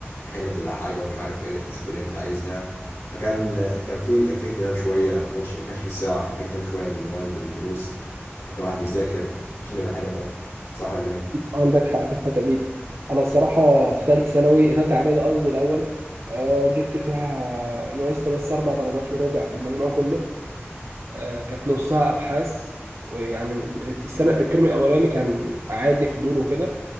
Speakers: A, on the left; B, on the right.
A: هنا تبقى حاجه ومش عارف ايه وتخش كليه انت عايزها فكان كان في كان في اهتمام شويه ما كانش ما كانش في الصياعه كان في اهتمام شويه بالمواد والدروس وكان الواحد بيذاكر عشان يبقى حاجه مش اكتر صح ولا ايه؟
B: عندك حق في الحته دي انا الصراحه في ثالثه ثانوي ثالثه اعدادي قصدي الاول آه، جبت فيها نقصت بس اربع درجات وربع في المجموع كله آه، كانت نصها ابحاث ويعني السنه الترم الاولاني كان عادي حضور وكده